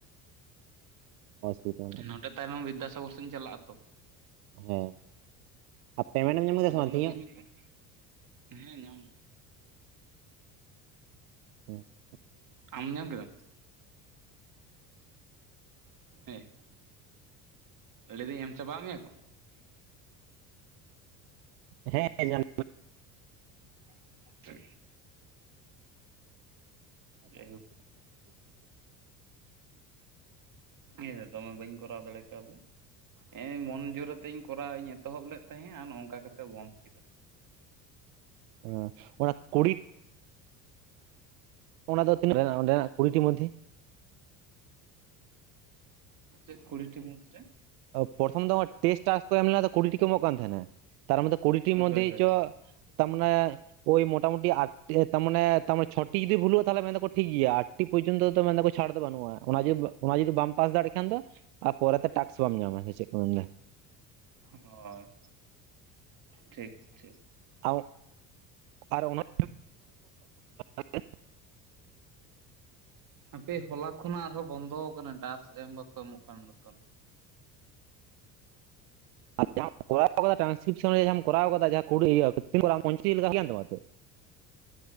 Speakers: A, on the right; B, on the right.
A: ᱚᱥᱩᱵᱤᱫᱟ ᱵᱟᱹᱱᱩᱜᱼᱟ
B: ᱱᱚᱰᱮ ᱛᱟᱭᱚᱢ ᱵᱤᱫᱽᱫᱟᱥᱟᱜᱚᱨ ᱥᱮᱫ ᱪᱟᱞᱟᱜ ᱟᱛᱚ
A: ᱦᱮᱸ ᱟᱨ ᱯᱮᱢᱮᱱᱴ ᱮᱢ ᱧᱟᱢ ᱠᱮᱫᱟ
B: ᱟᱫᱚ
A: ᱥᱮ ᱵᱟᱝ
B: ᱚᱱᱮ
A: ᱛᱤᱦᱤᱧᱚᱜ?
B: ᱵᱟᱹᱧ ᱢᱮᱛᱟᱜ ᱦᱮᱸ ᱧᱟᱢ <unintelligible>
A: <unintelligible>
B: ᱟᱢ ᱧᱟᱢ ᱠᱮᱫᱟᱢ ᱦᱮᱸ ᱞᱟᱹᱭ ᱫᱟᱹᱧ ᱮᱢ ᱪᱟᱵᱟ ᱟᱫ ᱢᱮᱭᱟ ᱠᱚ
A: ᱦᱮᱸ
B: ᱟᱪᱷᱟ
A: ᱧᱟᱢ
B: ᱟᱪᱷᱟ ᱡᱟᱭ ᱦᱳᱠ ᱱᱤᱭᱟ. ᱫᱷᱟᱣ ᱫᱚ ᱢᱟ ᱵᱟᱹᱧ ᱠᱚᱨᱟᱣ ᱫᱟᱲᱮ ᱠᱟᱣᱫᱟ ᱮ ᱢᱚᱱ ᱡᱳᱨ ᱟᱛᱮᱫ ᱠᱚᱨᱟᱣ ᱤᱧ ᱮᱛᱚᱦᱚᱵ ᱞᱮᱫ ᱛᱟᱦᱮᱸᱜᱻᱟ ᱟᱨ ᱱᱚᱝᱠᱟ ᱠᱟᱛᱮ ᱵᱚᱱᱫ ᱠᱮᱫᱟ
A: ᱚ ᱚᱱᱟ ᱠᱩᱲᱤ- ᱚᱱᱟ ᱫᱚ ᱛᱤᱱᱟᱹᱜ ᱜᱟᱱ ᱚᱰᱮᱱᱟᱜ ᱠᱩᱲᱤᱴᱤ ᱢᱚᱫᱽ ᱫᱷᱮ
B: ᱪᱮᱫ ᱠᱩᱲᱤᱴᱤ ᱢᱩᱫᱽ ᱨᱮ
A: ᱯᱨᱚᱛᱷᱚᱢ ᱫᱚ ᱴᱮᱥᱴ ᱠᱚ ᱮᱢ ᱞᱮ ᱠᱩᱲᱤᱴᱤᱤ ᱠᱚ ᱮᱢᱚᱜ ᱠᱟᱱ ᱛᱟᱦᱮᱱᱟ ᱛᱟᱨ ᱢᱚᱫᱽᱫᱷᱮ ᱠᱩᱲᱤᱴᱤ
B: ᱦᱳᱭ
A: ᱢᱚᱫᱽᱷᱮ
B: ᱦᱳᱭ
A: ᱪᱮᱫ
B: ᱦᱳᱭ
A: ᱪᱚ ᱛᱟᱨᱢᱟᱱᱮ ᱳᱭ ᱢᱚᱴᱟᱢᱩᱴᱤ ᱟᱴᱴᱤ ᱛᱟᱨ ᱢᱟᱱᱮ ᱛᱟᱨᱮ ᱪᱷᱚᱴᱤ ᱡᱩᱫᱤ ᱵᱷᱩᱞᱩᱜᱼᱟ ᱛᱟᱦᱚᱞᱮ ᱢᱮᱱ ᱫᱟᱠᱚ ᱴᱷᱤᱠ ᱜᱮᱭᱟ ᱟ <unintelligible> ᱯᱳᱡᱚᱱ ᱛᱚ ᱢᱮᱱ ᱫᱟᱠᱚ ᱛᱚ ᱪᱷᱟᱲ ᱫᱚ ᱵᱟᱹᱱᱩᱜᱼᱟ ᱚᱱᱟ ᱡᱩᱫᱤ ᱵᱟᱢ ᱯᱟᱥ ᱫᱟᱲᱮᱭᱟᱜ ᱠᱷᱟᱱ ᱫᱚ ᱟᱨ ᱯᱚᱨᱮ ᱛᱮ <unintelligible> <unintelligible> ᱵᱟᱢ ᱧᱟᱢᱟ ᱥᱮ ᱪᱮᱫ ᱠᱚᱢ ᱢᱮᱱ <unintelligible>
B: ᱦᱳᱭ ᱴᱷᱤᱠ ᱴᱷᱤᱠ
A: <unintelligible> ᱟᱨ <unintelligible> <inaudible>
B: ᱦᱟᱯᱮ ᱦᱚᱞᱟ ᱠᱷᱚᱱᱟᱜ ᱟᱨᱦᱚᱸ ᱵᱚᱱᱫᱚ ᱟᱠᱟᱱᱟ ᱴᱟᱠᱥ ᱮᱢ ᱵᱟᱠᱚ ᱮᱢᱚᱜ ᱠᱟᱱᱟ <unintelligible>
A: ᱟᱨ ᱡᱟᱦᱟᱸ ᱟᱢ ᱠᱚᱨᱟᱣ ᱠᱟᱫᱟ ᱴᱨᱟᱱᱥ ᱠᱨᱤᱯᱥᱚᱱ ᱨᱮ ᱡᱟᱦᱟᱸ ᱟᱢ ᱠᱚᱨᱣ ᱠᱟᱫᱟ ᱡᱟᱦᱟᱸ <unintelligible> ᱤᱭᱟᱹ <unintelligible>